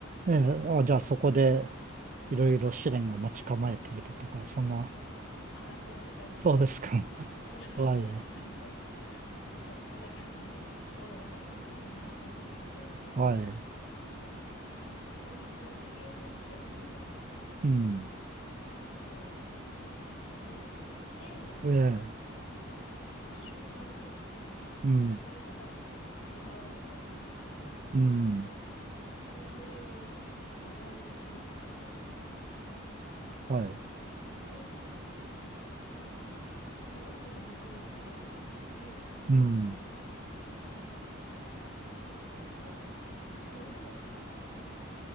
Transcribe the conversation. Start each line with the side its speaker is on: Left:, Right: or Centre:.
Right: ええ、
Left: はい。
Right: あ、じゃあそこでいろいろ試練が待ち構えているとか、そんな、
Left: ああ、そうです、そうです。
Right: そうですか。<laughs>
Left: <laughs>
Right: はい、
Left: あの、<laughs> そう、そんな感じで物語が進んでいくんですけど、
Right: はい、
Left: あの、そこにその砂丘みの民族
Right: うん、
Left: のような、まあ、部族がいて、
Right: ええ、
Left: えっと、習慣とか、こう戦い方とかが違うわけですよね。
Right: うん、うん、
Left: で、それを学んでいくんですけど、あの、
Right: はい、
Left: 王子が、えっと、すごく飲み込みが早いし、
Right: うん、
Left: あの、なこう、その部族では、